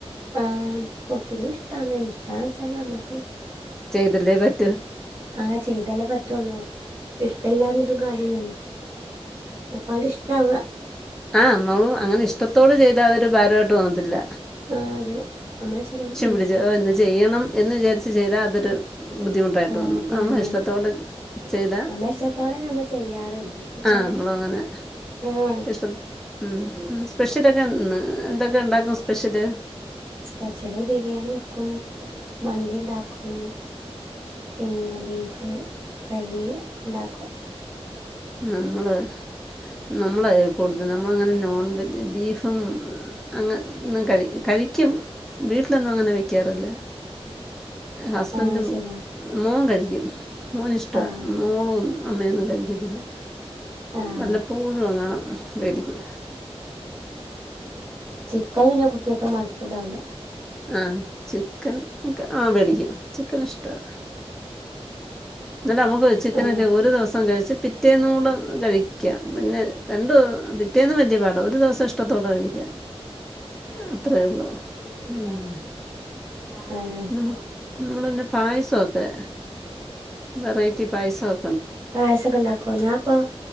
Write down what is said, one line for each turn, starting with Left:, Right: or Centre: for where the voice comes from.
Right: ആഹ് കുക്കിംഗ് ഇഷ്ടം ആണ് ഇഷ്ടണുവച്ച ന്ന ഞമ്മക്ക്
Centre: ചെയ്തല്ലേ പറ്റു
Right: ആഹ് ചെയ്തല്ലേ പറ്റ് പറ്റുള്ളൂ ഇഷ്ടം ഇല്ലാന്നിട്ടും കാര്യം ഇല്ലല്ലോ അപ്പൊ ങ്ങ്ട് ഇഷ്ടം ആവുവ
Centre: ആഹ് നമ്മള് അങ്ങനെ ഇഷ്ടത്തോടെ ചെയ്താൽ അത് ഒരു ഭാരം ആയിട്ട് തോന്നാത്തില്ല
Right: ആഹ് അതെ നമ്മള് ഇഷ്ടത്തോടെ ചെയ്യും
Centre: പിടിച്ച് ഓ ഇന്ന് ചെയ്യണം എന്ന് വിചാരിച്ചു ചെയ്ത അതൊരു ബുദ്ധിമുട്ടായിട്ട്
Right: ആഹ്
Centre: തോന്നും
Right: പണി
Centre: നമ്മൾ
Right: ആയിരിക്കും
Centre: ഇഷ്ടത്തോടെ ചെയ്താൽ
Right: നമ്മള് ഇഷ്ടത്തോടെ നമ്മള് ചെയ്യാറുണ്ട് ന്ന് വച്ചാല്
Centre: ആ നമ്മളും അങ്ങനെ
Right: ആഹ്
Centre: ഇഷ്ടം ഉം സ്പെഷ്യൽ ഒക്കെ ഇന്ന് എന്തൊക്കെ ഉണ്ടാക്കും സ്പെഷ്യല്
Right: സ്പെഷ്യല് ബിരിയാണി വെക്കും മന്തി ഉണ്ടാക്കും പിന്നെ ബീഫ്, ഫ്രൈ ഒക്കെ ഉണ്ടാക്കും
Centre: നമ്മള് നമ്മളെ ഫുഡ്‌ നമ്മളങ്ങനെ നോൺവെജ് ബീഫ് ഉം അങ്ങനെ ഒന്നും കഴി കഴിക്കും വീട്ടിൽ ഒന്നും അങ്ങനെ വയ്ക്കാറില്ല ഹസ്ബൻഡ്
Right: ആഹ്
Centre: ഉം
Right: ശരിയാ
Centre: മോൻ കഴിക്കും മോനിഷ്ടമാ
Right: ആഹ്
Centre: മോളും അമ്മേം ഒന്നും കഴിയ്ക്കത്തില്ല
Right: ആഹ്
Centre: വല്ലപ്പോഴും എങ്ങാണം വേടിക്കും
Right: ചിക്കന് പിന്നെ കുട്ടികൾക്ക് മടുപ്പുണ്ടാവില്ല
Centre: ആ ചിക്കൻ ആ വേടിക്കും ചിക്കൻ ഇഷ്ടവാ എന്നാലും നമുക്ക് ചിക്കൻ
Right: ആഹ്
Centre: ഒക്കെ ഒരു ദിവസം കഴിച് ച്ച് പിറ്റേന്നുടെ കഴി യ്ക്കാം പിന്നെ രണ്ട് പിറ്റേന്ന് വലിയ പാടാ ഒരു ദിവസം ഇഷ്ടത്തോടെ കഴി ആഹ് അത്രേ ഉള്ള് അതാണ് <unintelligible>
Right: ആഹ്
Centre: നമ്മള് ഇന്ന് പായസം ഒക്കെ വെറൈറ്റി പായസം ഒ
Right: പായസം ഒക്കെ ഉണ്ടാക്കുമോ ഞാ ഇപ്പം